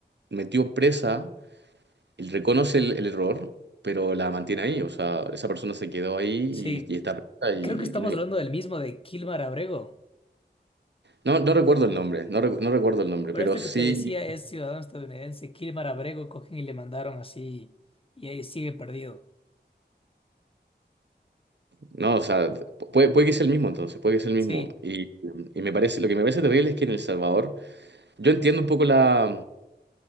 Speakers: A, on the right (about 75°); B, on the left (about 30°).
A: metió presa, él reconoce el, el error, pero la mantiene ahí. O sea, esa persona se quedó ahí
B: sí.
A: y, y está presa y,
B: Creo que estamos
A: y no hay-
B: hablando del mismo de Kilmar Abrego.
A: No, no recuerdo el nombre, no, recu- no recuerdo el nombre,
B: Pero
A: pero
B: esto
A: sí,
B: que te decía es ciudadano estadounidense. Kilmar Abrego cogen y le mandaron así y ahí sigue perdido.
A: no, o sea, puede, puede que sea el mismo entonces, puede que sea el
B: Sí,
A: mismo. Y, y me parece, lo que me parece terrible es que en El Salvador, yo entiendo un poco la,